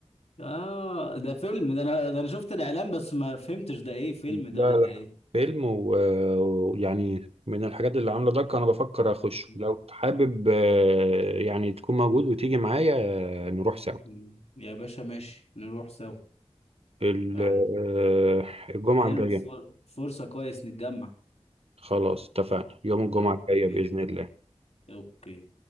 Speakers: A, on the left (about 65°); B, on the right (about 60°).
A: اه ده فيلم ده انا ده انا شفت الاعلان بس ما فهمتش ده ايه فيلم
B: لا
A: ده ولا
B: لا
A: ايه
B: فيلم و- ويعني من الحاجات اللي عامله ضجه انا بفكر اخش
A: مم.
B: لو حابب آه، يعني تكون موجود وتيجي معايا آه، نروح سوا
A: مم. يا باشا ماشي نروح سوا
B: ال-
A: يعني
B: آه، الجمعه
A: حلو
B: الجايه
A: فر- فرصة كويس نتجمع
B: خلاص اتفقنا يوم الجمعه
A: اوكي
B: الجايه باذن الله
A: اوكي